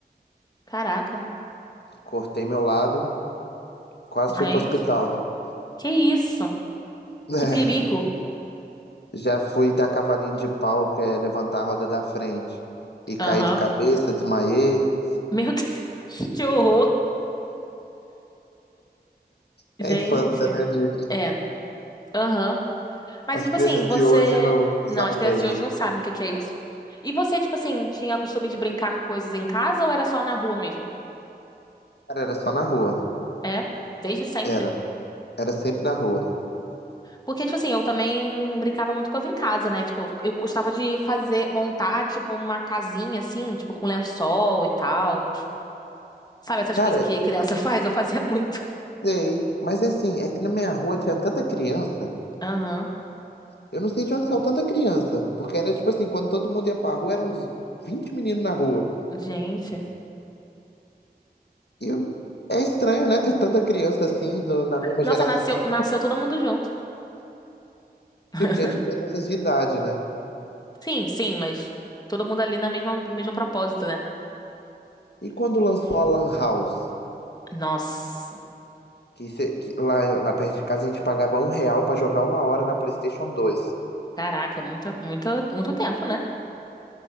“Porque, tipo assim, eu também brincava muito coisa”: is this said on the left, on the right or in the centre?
Left